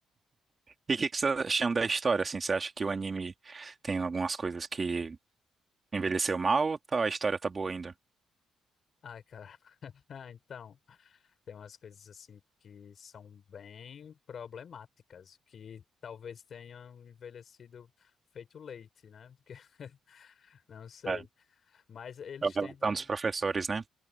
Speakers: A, on the right (about 35°); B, on the left (about 55°).
A: E o que que você tá achando da história, assim? Você acha que o anime tem algumas coisas que envelheceu mal ou tá- a história tá boa ainda?
B: Ai, cara. Ah, então, tem umas coisas assim que são bem problemáticas, que talvez tenham envelhecido feito leite, né? Porque, <laughs> não sei.
A: É,
B: Mas eles
A: é a relação
B: tentam,
A: dos professores, né?